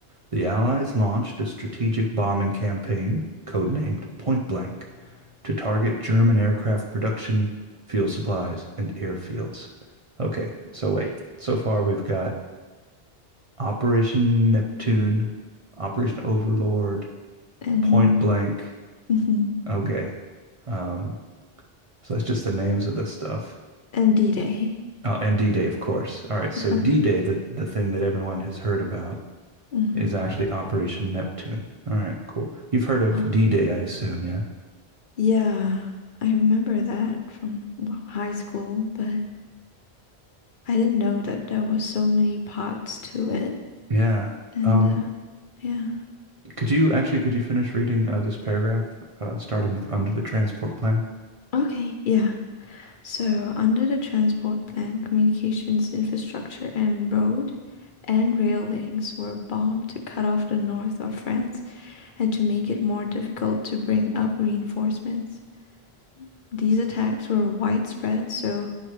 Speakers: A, on the right (about 40°); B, on the left (about 55°).
A: the Allies launched a strategic bombing campaign, codenamed Point Blank, to target German aircraft production, fuel supplies, and airfields. Okay, so wait. So far, we've got Operation Neptune, Operation Overlord,
B: And
A: Point Blank.
B: mhm.
A: Okay. Um, so that's just the names of this stuff.
B: And D-Day.
A: Oh, and D-Day, of course. All right, so
B: <laughs>
A: D-Day, the, the thing that everyone has heard about,
B: hmm
A: is actually Operation Neptune. All right, cool. You've heard of
B: Oh,
A: D-Day, I assume, yeah?
B: yeah. I remember that from well, high school, but I didn't know that there was so many parts to it.
A: Yeah.
B: And
A: Um,
B: uh, yeah.
A: could you actually could you finish reading uh, this paragraph, uh, starting with under the transport plan?
B: Okay. Yeah. So, under the transport plan, communications infrastructure and road and rail links were bombed to cut off the north of France and to make it more difficult to bring up reinforcements. These attacks were widespread so